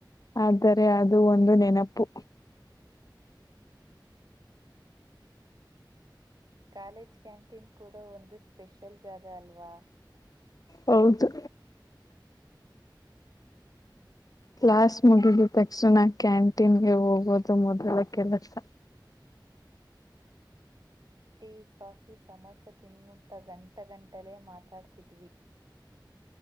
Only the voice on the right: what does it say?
ಕಾಲೇಜ್ ಕ್ಯಾಂಟೀನ್ ಕೂಡ ಒಂದು ಸ್ಪೆಷಲ್ ಜಾಗ ಅಲ್ವಾ
ಟೀ ಕಾಫಿ ಸಮೋಸ ತಿನ್ನುತ್ತಾ ಗಂಟ ಗಂಟಲೆೇ ಮಾತಾಡ್ತಿದ್ವಿ